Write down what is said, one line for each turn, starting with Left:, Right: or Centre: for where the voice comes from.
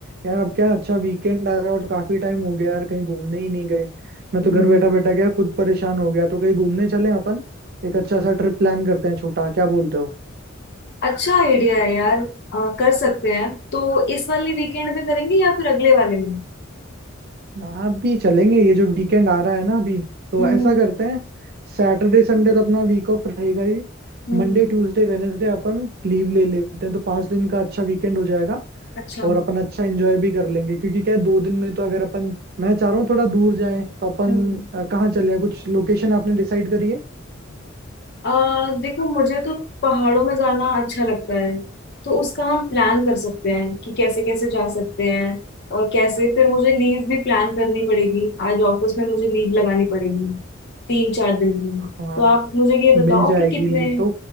Right: यार अब क्या अच्छा वीकेंड आ रहा है और काफी टाइम हो गया यार कहीं घूमने ही नहीं गए मैं
Left: हम्म,
Right: तो घर बैठा बैठा क्या खुद परेशान हो गया तो कहीं घूमने चले अपन एक अच्छा सा ट्रिप प्लान करते हैं छोटा क्या बोलते हो
Left: अच्छा आइडिया है यार अ, कर सकते हैं तो इस वाले वीकेंड में करेंगे या फिर अगले वाले में
Right: आप भी चलेंगे ये जो वीकेंड आ रहा है ना अभी तो
Left: हम्म
Right: ऐसा करते हैं सैटरडे संडे तो अपना वीक ऑफ रहेगा ही
Left: हम्म
Right: मंडे ट्यूसडे वेनेसडे अपन लीव ले लेते हैं तो पांच दिन का अच्छा वीकेंड हो जाएगा
Left: अच्छा
Right: और अपन अच्छा एंजॉय भी कर लेंगे क्योंकि क्या है दो दिन में तो अगर अपन मैं चाह रहा हूँ थोड़ा दूर जाएं तो अपन
Left: हम्म
Right: अ, कहाँ चले कुछ लोकेशन आपने डिसाइड करी है
Left: आ, देखो मुझे तो पहाड़ों में जाना अच्छा लगता है तो उसका हम प्लान कर सकते हैं कि कैसे कैसे जा सकते हैं और कैसे फिर मुझे लीव भी प्लान करनी पड़ेगी आज ऑफिस में मुझे लीव लगानी पड़ेगी तीन चार दिन की
Right: हाँ
Left: तो आप मुझे ये
Right: मिल
Left: बताओ
Right: जाएगी
Left: कि कितने
Right: लीव तो